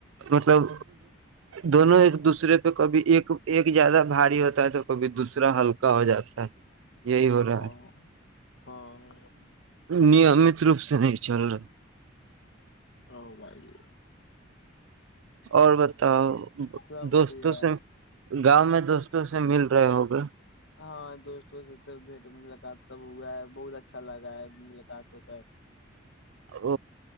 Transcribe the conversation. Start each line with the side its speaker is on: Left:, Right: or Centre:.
Right: مطلب دونوں ایک دوسرے پہ کبھی ایک ایک زیادہ بھاری ہوتا ہے تو کبھی دوسرا ہلکا ہو جاتا ہے یہی ہو رہا
Left: ہاں
Right: ہے
Left: ہاں
Right: نیمت روپ سے نہیں چل رہا
Left: ہو بھائی
Right: اور ب تو
Left: سب
Right: دوستوں
Left: بڑھیا
Right: سے
Left: ہے
Right: گاؤں میں دوستوں سے مل ہوگ
Left: ہاں دوست و بیٹ ملاقات سب ہوا ہے بہت اچھا لگا ہے ملاقات ہو کر
Right: ہ